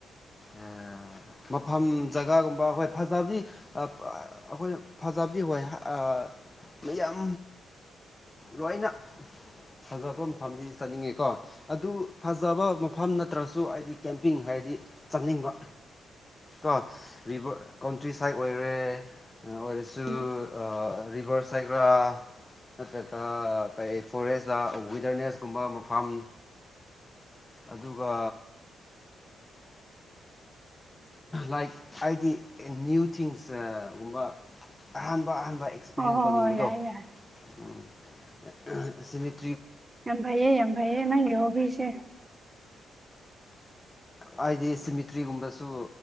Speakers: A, on the left; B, on the right.
A: ꯑꯥ ꯃꯐꯝ ꯖꯒꯥꯒꯨꯝꯕ ꯍꯣꯏ ꯐꯖꯕꯗꯤ ꯑꯞ ꯑꯥ ꯑꯩꯈꯣꯏꯅ ꯐꯖꯕ ꯑꯗꯨꯏ ꯋ ꯍ ꯑ ꯃꯌꯥꯝ ꯂꯣꯏꯅ ꯐꯖꯕ ꯃꯐꯝꯗꯤ ꯆꯠꯅꯤꯡꯉꯦꯀꯣ ꯑꯗꯨ ꯐꯖꯕ ꯃꯐꯝ ꯅꯠꯇ꯭ꯔꯁꯨ ꯍꯥꯏꯗꯤ ꯀꯦꯝꯄꯤꯡ ꯍꯥꯏꯔꯗꯤ ꯆꯠꯅꯤꯡꯕ ꯀꯣ ꯔꯤꯕꯔ ꯀꯣꯟꯇ꯭ꯔꯤ ꯁꯥꯏꯠ ꯑꯣꯏꯔꯦ ꯑ ꯑꯣꯏꯔꯁꯨ
B: ꯍꯣꯏ
A: ꯑꯥ ꯔꯤꯕꯔ ꯁꯥꯏꯠꯔꯥ ꯅꯠꯇ꯭ꯔꯒ ꯀꯩ ꯐꯣꯔꯦꯁꯇ ꯋꯤꯗꯔꯅꯦꯁꯀꯨꯝꯕ ꯃꯐꯝ ꯑꯗꯨꯒ ꯂꯥꯏꯛ ꯑꯩꯗꯤ ꯅ꯭ꯌꯨ ꯊꯤꯡꯁ ꯑꯥ ꯒꯨꯝꯕ ꯑꯍꯥꯟꯕ ꯑꯍꯥꯟꯕ ꯕ ꯑꯦꯛꯁꯄꯤꯔꯤꯌꯦꯟ
B: ꯍꯣꯏ
A: ꯇꯧꯅꯤꯡꯕꯗꯣ
B: ꯌꯥꯏ ꯌꯥꯏ
A: ꯎꯝ ꯑꯍꯥ ꯑꯦꯁꯤꯃꯤꯛ
B: ꯌꯥꯝ ꯐꯥꯏꯌꯦ ꯌꯥꯝ ꯐꯥꯏꯌꯦ ꯅꯪꯒꯤ ꯍꯣꯕꯤꯁꯦ
A: ꯍꯥꯏꯗꯤ ꯁꯤꯃꯤꯇ꯭ꯔꯤꯒꯨꯝꯕꯁꯨ